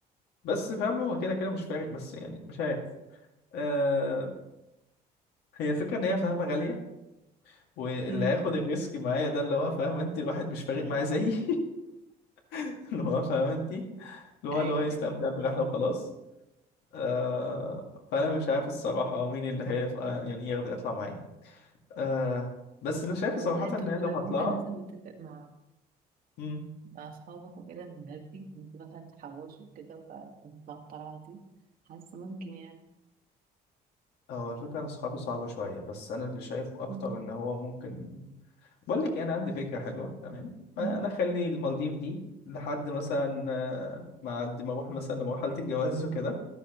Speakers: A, on the left (about 80°); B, on the right (about 60°).
A: بس فاهمة هو كده كده مش فارق بس يعني مش عارف أه هي الفكرة إن هي فاهمة غالية واللي
B: أمم.
A: هياخد الريسك معايا ده اللي هو فاهمة أنت الواحد مش فارق معاه زيي <laughs> اللي هو فاهمة أنت اللي هو
B: ايوه
A: اللي هو يستمتع
B: ايوه
A: برحلة وخلاص آه فأنا مش عارف الصراحة مين اللي هيبقى يعني يقدر يطلع معايا آه بس أنا شايف
B: والله
A: صراحة
B: انتوا
A: إن أنا لو
B: لو
A: هطلعها
B: ممكن مثلا نتفق مع
A: مم.
B: مع أصحابك وكده من بدري انت مثلا تحوشوا كده وتطلعوا الطلعة دي حاسة ممكن يعني
A: هو الفكرة أنا أصحابي صعبة شوية بس أنا اللي شايفه أكتر
B: مم.
A: إن هو ممكن بقول لك إيه، أنا عندي فكرة حلوة تمام ما
B: مم.
A: أنا أخلي المالديف دي لحد مثلا آه، ما عد ما أروح مثلا لمرحلة الجواز وكده